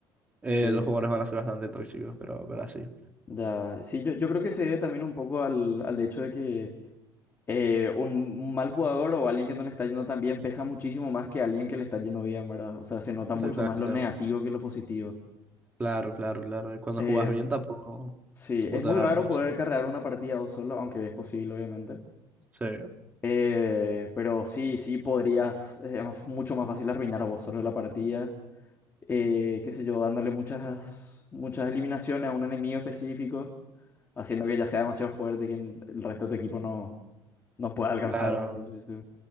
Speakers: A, on the right (about 15°); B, on the left (about 25°).
A: eh,
B: Sí.
A: los jugadores van a ser bastante tóxicos, pero, pero así.
B: Ya, sí, yo, yo creo que se debe también un poco al, al hecho de que eh, un, un mal jugador o alguien que no le está yendo tan bien pesa muchísimo más que alguien que le está yendo bien, ¿verdad? O sea, se nota
A: Exactamente.
B: mucho más lo negativo que lo positivo.
A: Claro, claro, claro. Y cuando
B: Eh,
A: jugás bien tampoco,
B: sí,
A: tampoco
B: es
A: te
B: muy
A: van
B: raro
A: a reconocer.
B: poder carrear una partida vos solo, aunque es posible, obviamente.
A: Sí,
B: Eh, pero sí, sí podrías, eh, es más- mucho más fácil arruinar vos solo la partida eh, qué sé yo, dándole muchas, muchas eliminaciones a un enemigo específico, haciendo que ya sea demasiado fuerte y que el resto de tu equipo no, no pueda alcanzar.
A: claro,
B: por así decirlo.